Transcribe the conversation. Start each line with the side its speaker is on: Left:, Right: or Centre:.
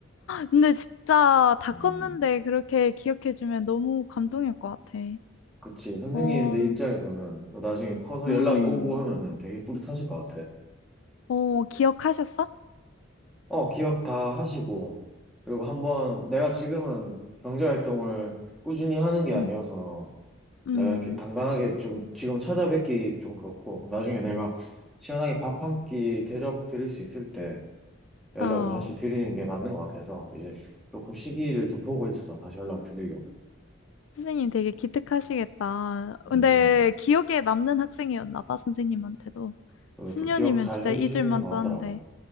Left: 근데 진짜 다
Centre: 음.
Left: 컸는데 그렇게 기억해주면 너무 감동일 것 같아.
Centre: 그치. 선생님들
Left: 어,
Centre: 입장에서는 나중에 커서
Left: 음,
Centre: 연락이 오고 하면은 되게 뿌듯하실 것 같아.
Left: 어, 기억하셨어?
Centre: 어, 기억 다 하시고. 그리고 한번 내가 지금은 경제활동을 꾸준히 하는 게 아니어서
Left: 음, 음,
Centre: 내가 이렇게 당당하게 좀 지금 찾아뵙기 좀 그렇고 나중에 내가 시원하게 밥 한 끼 대접 드릴 수 있을 때 연락을
Left: 어.
Centre: 다시 드리는 게 맞는 것 같아서 이제 조금 시기를 좀 보고 있어. 다시 연락을 드리려고.
Left: 선생님 되게 기특하시겠다.
Centre: 음,
Left: 근데 기억에 남는 학생이었나 봐, 선생님한테도.
Centre: 그리고
Left: 10년이면
Centre: 또 기억 잘
Left: 진짜
Centre: 해주시는
Left: 잊을 만도
Centre: 것 같더라고.
Left: 한데.